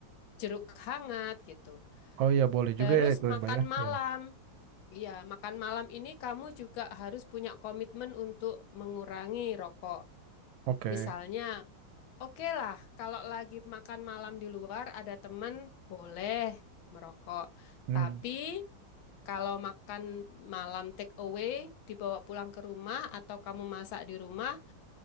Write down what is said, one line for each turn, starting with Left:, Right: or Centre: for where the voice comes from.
Left: jeruk hangat gitu.
Right: Oh iya boleh
Left: Terus
Right: juga ya itu ya,
Left: makan
Right: Mbak ya.
Left: malam.
Right: Iya.
Left: Iya, makan malam ini kamu juga harus punya komitmen untuk mengurangi rokok.
Right: Oke.
Left: Misalnya, Oke lah, kalau lagi makan malam di luar ada temen boleh merokok.
Right: Hmm.
Left: Tapi kalau makan malam take away dibawa pulang ke rumah atau kamu masak di rumah